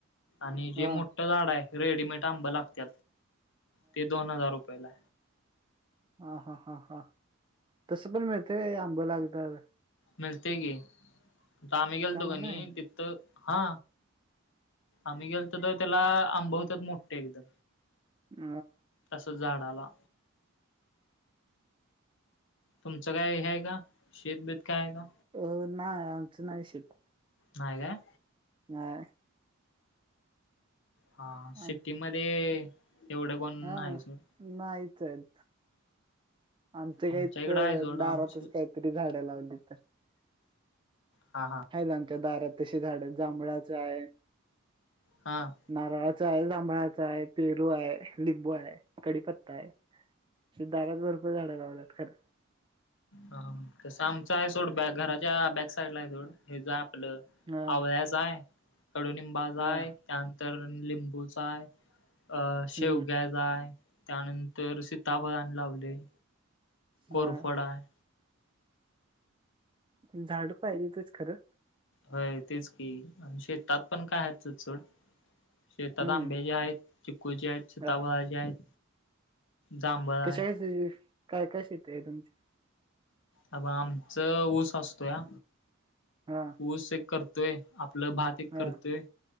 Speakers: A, on the left; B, on the right.
A: आणि जे
B: हा
A: मोठं झाड आहे. रेडीमेड आंब लागत ते दोन हजार रुपयाला.
B: हा हा हा हा तसं पण मिळते आंब लागनार.
A: मिळतयं की आम्ही गेलतो
B: चांगलं
A: काणी
B: आहे
A: तिथ हा आम्ही गेलो तर त्याला आंबे हॊतात मोठे एकदम.
B: अ
A: तस झाडाला. तुमचं काय हे आहे का शेतबीत काय आहे का?
B: अ नाही आमचं नाही शेत.
A: नाही कायं.
B: नाय.
A: हां
B: <unintelligible>
A: सिटीमध्ये
B: आ
A: एवढं कोण
B: हा
A: नाही सोड
B: नाही तेब आमच काही
A: आमच्या इकडं
B: तर
A: आहे सोड
B: दारातच
A: आमची
B: काहीतरी झाडं लावली तर
A: हा हा
B: हाय ना आमच्या दारात तशी झाडं जांभळाचं आहे.
A: हा
B: नारळाचं. हाय, जांभळाचा हाय, पेरू हाय, लिंबू हाय, कडीपत्ता हाय च दारात भरपूर झाडं लावतात खरं.
A: हा तस आमच आहे सोड अ-घराच्या बॅक साइड ला आहे सोडं. आपलं
B: हा
A: आवळ्याचं हाय. कडुनिंबाचं हाय,
B: हा
A: त्यानंतर लिंबूचं हाय, अ-शेवग्या
B: हम्म
A: हाय. त्यानंतर सीताफळाचं अनं लावलयं. कोरफोड
B: हा
A: हाय.
B: झाड पाहिजे तेच खरं.
A: हय तेच की आणि शेतात पण काय आहेतचं सोड. शेतात
B: हम्म
A: आंब्याची आहेत. चिकू ची हायत, सीताफळची
B: हा
A: हायत, जांभळ हाय.
B: कशा काय काय शेती आहे तुमची.
A: अ आमच ऊस असतोया
B: हा
A: ऊस एक करतोया. आपलं भात एक
B: हा
A: करतोय